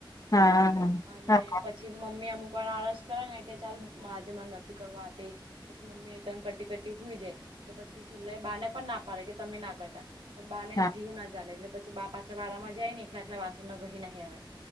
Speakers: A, on the left; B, on the right.
A: હા
B: અને
A: હા
B: પછી મમ્મી અમુક વાર આળસ કરે ને કે ચાલ મા આજે માં નથી કરવા આજે. પછી મમ્મી એકદમ કટી કટી હોઈ જાય. તો પછી છેલ્લે બાને પણ ના પાડે કે તમે ના કરતા. બાને
A: હા
B: જીવ ના ચાલે. એટલે પછી બા પાછા વાળામાં જાય ને એટલે આટલા વાસણને ઘહી નહીં આવે.